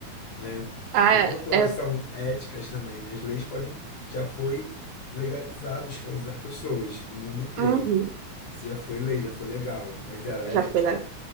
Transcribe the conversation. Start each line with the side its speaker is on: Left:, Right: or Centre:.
Left: né?
Right: Ah,
Left: O quanto
Right: é,
Left: elas são éticas também, né? As leis podem, já foi legalizado escravizar pessoas no mundo inteiro.
Right: uhum,
Left: Isso já foi lei, já foi legal, mas era ético?
Right: já foi lá.